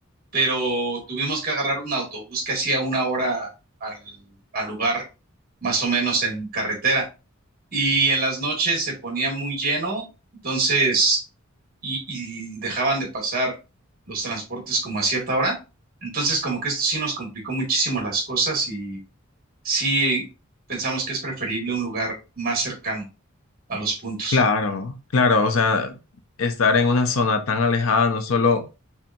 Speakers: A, on the right; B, on the left.
A: pero tuvimos que agarrar un autobús que hacía una hora al al lugar, más o menos en carretera. Y en las noches se ponía muy lleno, entonces, y, y dejaban de pasar los transportes como a cierta hora. Entonces, como que esto sí nos complicó muchísimo las cosas y sí pensamos que es preferible un lugar más cercano a los puntos.
B: Claro, claro, o sea, estar en una zona tan alejada no solo